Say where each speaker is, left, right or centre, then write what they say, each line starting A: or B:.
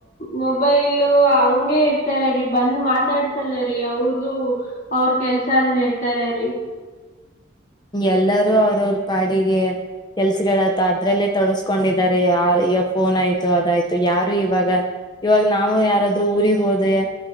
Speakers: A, on the left; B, on the left.
A: ಮೊಬೈಲ್ ಹಂಗಗೆ ಇರ್ತಾರೀ ಬಂದು ಮಾತಾಡ್ ಸಲ್ಲ ರೀ ಅವ್ರರು ಅವ್ರ ಕೆಲ್ಸ ಅಲ್ಲಿ ಇರ್ತಾರ ರೀ
B: ಎಲ್ಲಾರೂ ಅವ್ರವ್ರ ಪಾಡಿಗೆ ಕೆಲ್ಸಗಳತ ಅದ್ರಲ್ಲೇ ತೊಳಸ್ಕೊಂಡಿದಿದ್ದಾರೆ ಆ ಈ ಫೋನ್ ಆಯ್ತು ಅದಾಯ್ತು ಯಾರು ಇವಾಗ ಇವಾಗ ನಾವು ಯಾರಾದ್ರೂ ಊರಿಗೆ ಹೋದ್ರೆ